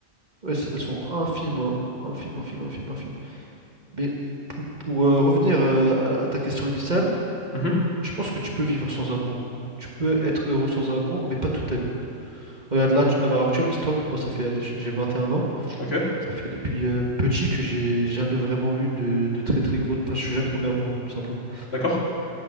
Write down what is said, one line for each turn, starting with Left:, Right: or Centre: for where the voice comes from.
Right: Ouais, c'est- elles sont infimes, hein. Infimes, infimes, infimes, infimes. Mais pour, pour, euh, revenir euh, à, à ta question initiale,
Left: Mhm.
Right: je pense que tu peux vivre sans amour. hein. Tu peux être heureux sans amour, mais pas toute ta vie. Regarde, là, tu- à l'heure actuelle, dis-toi que moi, ça fait, allez, j'ai 21 ans.
Left: Ok,
Right: Ça fait depuis euh, petit que j'ai jamais vraiment eu de, de très très gros. Enfin, je suis jamais tombé amoureux, tout simplement.
Left: d'accord.